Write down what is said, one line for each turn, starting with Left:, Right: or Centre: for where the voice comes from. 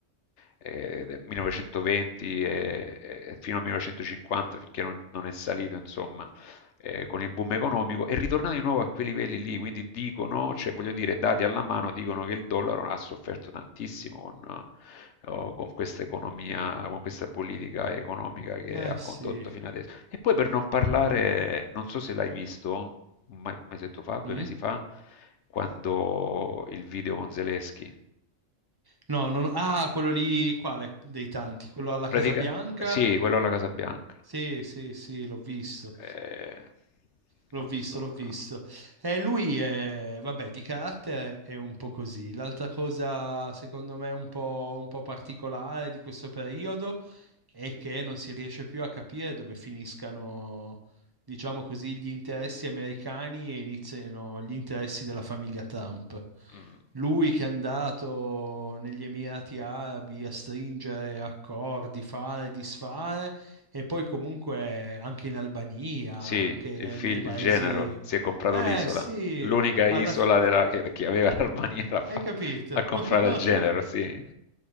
Left: eh, nel 1920 e, e fino al 1950, finché non, non è salito, insomma, eh, con il boom economico, è ritornato di nuovo a quei livelli lì, quindi dicono, cioè voglio dire, dati alla mano, dicono che il dollaro ha sofferto tantissimo con o con questa economia, con questa politica economica che
Right: Eh
Left: ha
Right: sì.
Left: condotto fino adesso. E poi per non parlare, non so se l'hai visto, un me- mesetto fa, due
Right: Mm?
Left: mesi fa, quando il video con Zelensky.
Right: No, non... ah, quello lì, quale dei tanti? Quello alla
Left: Pratica-
Right: Casa Bianca?
Left: sì, quello alla Casa Bianca.
Right: Sì, sì, sì, l'ho visto.
Left: Eh,
Right: L'ho
Left: non
Right: visto,
Left: so.
Right: l'ho visto.
Left: no.
Right: E lui è, vabbè, di carattere è un po' così. L'altra cosa, secondo me, un po', un po' particolare di questo periodo è che non si riesce più a capire dove finiscano, diciamo così, gli interessi americani e iniziano gli interessi della famiglia Trump.
Left: no. Mm,
Right: Lui che è andato negli Emirati Arabi a stringere accordi, fare, disfare, e poi comunque anche in Albania,
Left: Sì,
Right: anche
Left: il, fig-
Right: nei paesi...
Left: il genero si è comprato
Right: Eh
Left: l'isola,
Right: sì,
Left: l'unica
Right: alla
Left: isola
Right: fine...
Left: della- che, che aveva <laughs> l'Albania l'ha fa-
Right: Hai capito?
Left: ha comprato
Right: <laughs>
Left: il genero, sì.